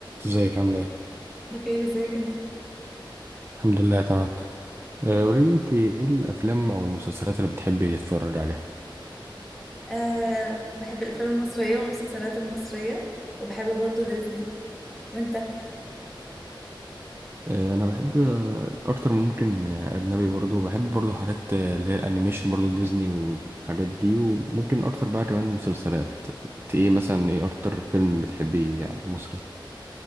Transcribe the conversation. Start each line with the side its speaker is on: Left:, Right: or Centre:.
Right: ازيك عامله ايه
Centre: بخير ازيك انت
Right: الحمد لله تمام آه، قولي لي انت ايه الافلام او المسلسلات اللي بتحبي تتفرجي عليها
Centre: أه بحب الافلام المصريه والمسلسلات المصريه وبحب برضو ديزني وانت
Right: آه، انا بحب آه، اكتر من ممكن آه، اجنبي برضو بحب برضو حاجات آه، اللي هي الانيميشن برضو ديزني والحاجات دي وممكن اكتر بقى كمان مسلسلات انت ايه مثلا ايه اكتر فيلم بتحبي مصري